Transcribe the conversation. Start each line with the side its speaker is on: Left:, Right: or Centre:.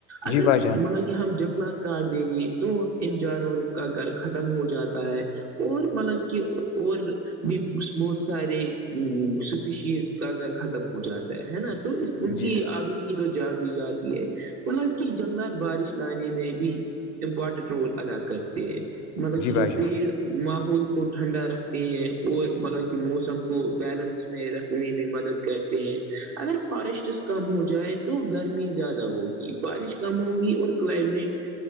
Right: اگر
Left: جی بھائی
Right: ط
Left: جان
Right: کہ ہم جنگلات کاٹ دیں گی تو ان جانوروں کا گھر ختم ہو جاتا ہے اور مطلب کہ اور بھی بہت سارے اسپیشیز کا گھر ختم ہو جاتا ہے نا تو ان کی
Left: جی
Right: آدوں کی تو جان بھی جاتی ہے مطلب کہ جنگلات بارش لانے میں بھی امپورٹنٹ رول ادا کرتے ہیں مطلب
Left: جی
Right: کہ
Left: بھائی
Right: جو پیڑ ماحول کو ٹھنڈا رکھتے ہیں اور مطلب کہ موسم کو بیلنس میں رکھنے میں مدد کہتے ہیں اگر فارسٹس کم ہو جائے تو گرمی زیادہ ہوگی بارش کم ہوگی اور کلائمیٹ